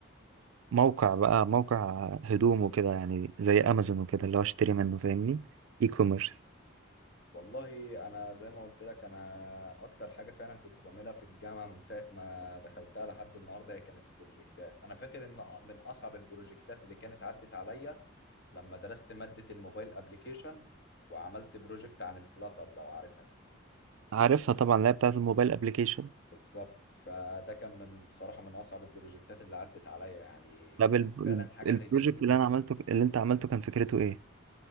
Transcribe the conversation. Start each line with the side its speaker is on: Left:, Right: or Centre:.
Right: موقع بقى موقع هدوم وكده يعني زي امازون وكده اللي هو اشتري منه فاهمني اي كوميرس
Left: والله انا زي ما قلت لك انا اكتر حاجه فعلا كنت بعملها في الجامعه من ساعه ما دخلتها لحد النهارده هي كانت البروجكتات انا فاكر ان من اصعب البروجكتات اللي كانت عدت عليا لما درست ماده الموبايل ابليكيشن وعملت بروجكت عن الفلاتر لو عارفها
Right: عارفها طبعا اللي هي بتاعت الموبايل ابلكيشن
Left: بالظبط فده كان من بصراحه من اصعب البروجكتات اللي عدت عليا يعني
Right: طب
Left: فعلا
Right: ال-
Left: فعلاً
Right: ال-
Left: حاجه
Right: البروجكت
Left: زي دي
Right: اللي انا عملته اللي انت عملته كان فكرته ايه